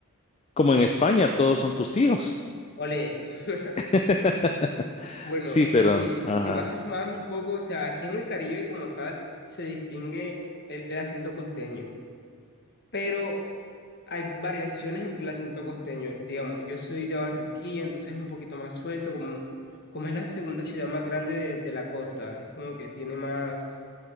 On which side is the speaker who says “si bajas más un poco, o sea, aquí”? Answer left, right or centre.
Left